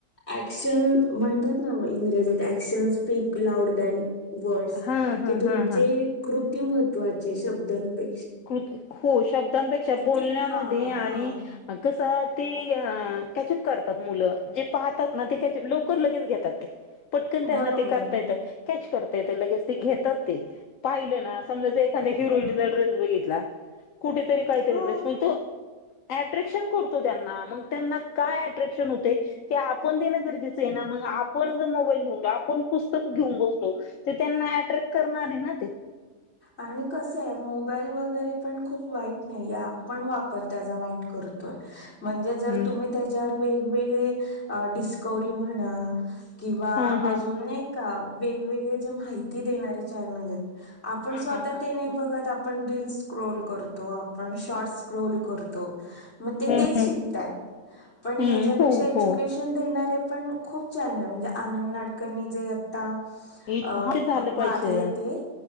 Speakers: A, on the left; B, on the left.
A: ऍक्शन म्हणतात ना इंग्रजीत शेअर्स स्पीक लाऊड द्यान वर्डस
B: हा हा
A: की तुमची
B: हा हा हा.
A: कृती महत्त्वाची शब्दांपै
B: कृती हो. शब्दांपेक्षा बोलण्यामध्ये
A: ती हा
B: आणि
A: हा
B: कसं ते कॅचअप करतात मुलं जे पाहतात ते कॅचअप लवकर लगेच घेतात ते पटकन त्यांना
A: बरोबर
B: ते करता
A: आहे
B: येत. कॅच करता येत लगेच ते घेतात ते. पाहिले ना समजा एखाद्या हिरोईनचा ड्रेस जरी घेतला. कुठेतरी काहीतरी
A: हो
B: ड्रेस मिळतो. अट्रॅक्शन करतो त्यांना, मग त्यांना काय अट्रॅक्शन होतय. ते आपण देणं गरजेचं आहे ना. मग आपण जर मोबाईल घेऊन, आपण पुस्तक घेऊन बघतो. ते त्यांना अट्रॅक्ट करणार आहे ना ते.
A: आणि कसं आहे. मोबाईल वगैरे पण खूप वाईट नाही. आपण वापर त्याचा वाईट कर तोय. म्हणजे जर
B: हम्म
A: तुम्ही त्यांच्यावर वेगवेगळे डिस्कवरी म्हणा, किंवा
B: हा हा.
A: अजून नाही का, वेगवेगळे जे माहिती देणारे चॅनल आहेत. आपण
B: हा
A: स्वतः
B: हा हा. हम्म.
A: ते नाही बघत. आपण रिल्स स्क्रोल करतो. आपण शॉर्ट्स स्क्रोल करतो. मग ते
B: हम्म
A: तेच
B: हम्म
A: शिकतात. ह्याच्यापेक्षा,
B: हम्म हो
A: एज्युकेश
B: हो
A: न देणारे. पण खूप छान म्हणजे आनंद नाडकर्णी जे आता
B: हे
A: आता
B: हा ते झालं पाहिजे
A: वारले ते.